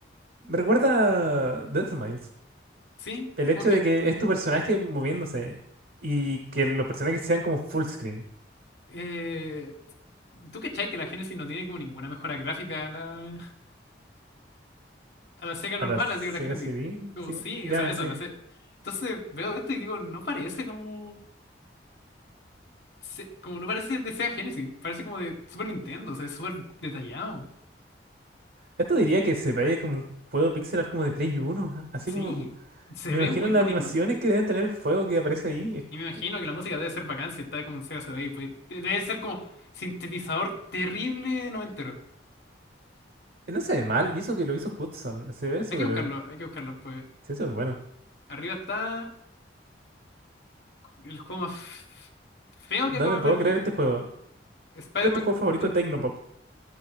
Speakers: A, on the right; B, on the left.
A: Me recuerda a Death Smiles.
B: ¿sí?
A: El
B: Como
A: hecho
B: que,
A: de que es tu personaje moviéndose y que los personajes sean como full screen.
B: eh, ¿tú cachai que la Genesis no tiene como ninguna mejora gráfica a la, a la Sega normal,
A: A la Sega
B: así que la Genesis?
A: CD,
B: Como
A: sí,
B: sí,
A: ya,
B: o sea, eso,
A: sí.
B: la Se- Entonces veo esto y digo, no parece como, se- como no parece de Sega Genesis, parece como de Super Nintendo, o sea, es súper detallado.
A: Esto diría que se ve como un juego pixel art como de Play 1. Así
B: Sí,
A: como,
B: se
A: me
B: ve
A: imagino
B: muy
A: las
B: bonito.
A: animaciones que deben tener el fuego que aparece ahí. es
B: Y me imagino
A: que-
B: que la música debe ser bacán si está como en Sega CD. Pues, de- debe ser como sintetizador terrible noventero.
A: no se ve mal, y eso que lo hizo Hudson. Se ve súper,
B: Hay que buscarlo, hay que buscarlo pues.
A: se ve súper bueno.
B: Arriba está el juego más f- feo
A: No
B: que acabo
A: me
B: de
A: puedo
B: ver. mi-
A: creer este juego.
B: Spider-Man.
A: ¿Cuál es tu juego
B: con-
A: favorito
B: con-
A: Tecnopop?